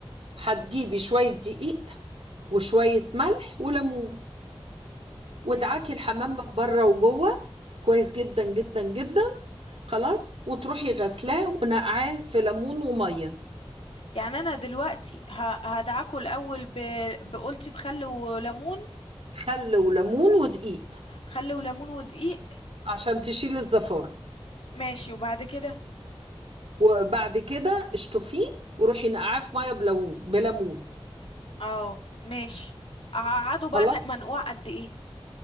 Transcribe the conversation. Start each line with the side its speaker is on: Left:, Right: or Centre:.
Right: هتجيبي شوية دقيق وشوية ملح وليمون وادعكي
Left: مم.
Right: الحمام من بره وجوه كويس جدا جدا جدا خلاص وتروحي غسلاه ونقعاه في ليمون ومية
Left: يعني انا دلوقتي ه- هدعكه الاول ب... بقولتي بخل وليمون
Right: خل وليمون ودقيق
Left: خل وليمون ودقيق
Right: عشان تشيل الزفارة
Left: ماشي وبعد كده
Right: وبعد كده اشطفيه وروحي نقعاه في مية بليمون بليمون
Left: اه ماشي اقعده بقى
Right: خلاص
Left: ن- منقوع قد ايه